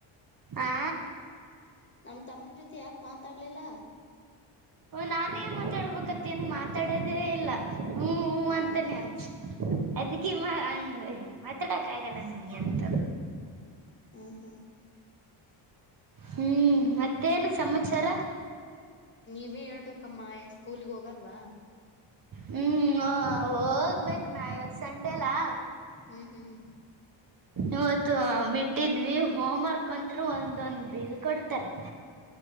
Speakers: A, on the right (about 45°); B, on the left (about 20°).
A: ಆ
B: ನಮ ತಮ್ಮನ ಜೊತೆ ಯಾಕ ಮಾತಾಡ್ಲಿಲ್ಲ
A: ನಾನೇ ಮಾತಾಡ್ಬೇಕತಿ ಏನ್ ಮಾತಾಡೋದೇ ಇಲ್ಲ ಹ್ಮ್ ಹ
B: ಹೌದಾ
A: ಅಂತಾನೆರಚು ಅದಕ್ಕೆೆ ಮಾ ಅಂಗ ಅತ ಮಾತಾಡಕ್ಕೆ ಆಗಲ್ಲ ಅಂತ
B: ಹ್ಮ ಹ್ಮ
A: ಹ್ಮ್ ಮತ್ತೇನು ಸಮಾಚಾರ
B: ನೀವೇ ಹೇಳ್ಬೇಕಮ್ಮ ಸ್ಕೂಲ್ಗ್ ಹೋಗಲ್ವಾ
A: ಹ್ಮ್ ಹೋಗ್ಬೇಕ ನಾ ಇವತ್ತು ಸಂಡೆಲ್ಲಾ
B: ಹ್ಮ್ ಹ್ಮ್
A: ಇವತ್ತು ಬಿಟ್ಟಿದ್ವಿ ಹೋಮ್ ವರ್ಕ್ ಅಂತರು ಒಂದೊಂದ್ ಇ ಕೊಡ್ತಾರೆ <inaudible>